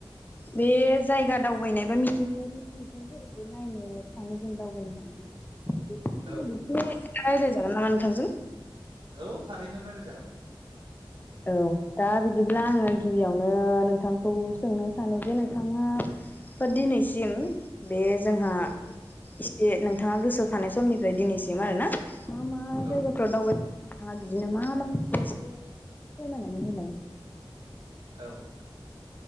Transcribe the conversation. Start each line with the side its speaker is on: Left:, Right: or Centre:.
Left: बे जायगा दावबायनाय बा मिथिंगायारि नुथायफोरखौ नायनो थाङो जों दावबायनो थाङो। बेफोरनि सोमोन्दै
Right: औ
Left: एसे रायलायजागोन नामा नोंथांजों?
Right: औ थारैनो रायलाय जागोन।
Left: औ दा बिदिब्ला आङो गिबियावनो नोंथांखौ सोंनो सानो जे नोंथाङा दिनैसिम बे जोंहा
Right: औ
Left: दि नोंथाङा गोसोआव थानाय समनिफ्राय दिनैसिम आरो ना मा मा
Right: औ
Left: जायगाफ्राव दावबाय <inaudible> नोंथाङा बिदिनो मा मा <inaudible> फोरमायनानै होलाय
Right: औ